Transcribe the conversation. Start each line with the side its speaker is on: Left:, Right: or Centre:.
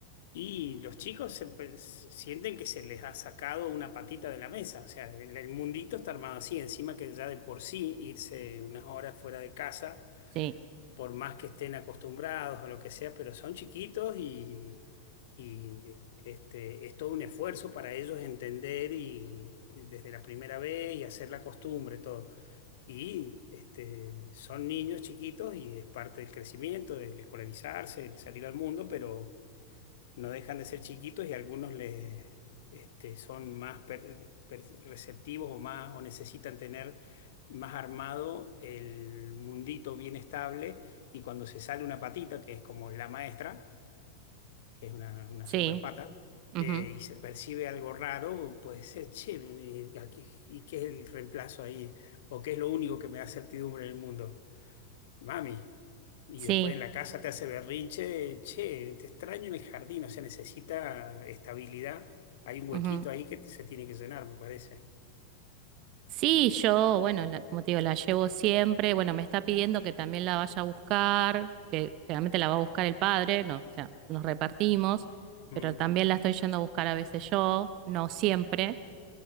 Left: Y los chicos se pe- s- sienten que se les ha sacado una patita de la mesa, o sea, el, el mundito está armado así, encima que ya de por sí irse unas horas fuera de casa,
Right: Sí,
Left: por más que estén acostumbrados o lo que sea, pero son chiquitos y, y este, es todo un esfuerzo para ellos entender y y desde la primera vez y hacer la costumbre, todo. Y este, son niños chiquitos y es parte del crecimiento, del escolarizarse, el salir al mundo, pero no dejan de ser chiquitos y algunos les, este, son más per- per- receptivos o, más, o necesitan tener más armado el mundito bien estable y cuando se sale una patita, que es como la maestra, que es una, una
Right: sí,
Left: super pata,
Right: ujú,
Left: eh, y se percibe algo raro, puede ser, che, eh, aquí- ¿y qué es el reemplazo ahí? ¿O qué es lo único que me da certidumbre en el mundo? mami. Y
Right: Sí,
Left: después en la casa te hace berrinche, che, te extraño en el jardín, o sea, necesita estabilidad. Hay un huequito
Right: ujú.
Left: ahí que se tiene que llenar, me parece.
Right: Sí, yo, bueno, la- como te digo, la llevo siempre. Bueno, me está pidiendo que también la vaya a buscar, que generalmente la va a buscar el padre, no, o sea, nos repartimos,
Left: Mm,
Right: pero también la estoy yendo a buscar a veces yo, no siempre,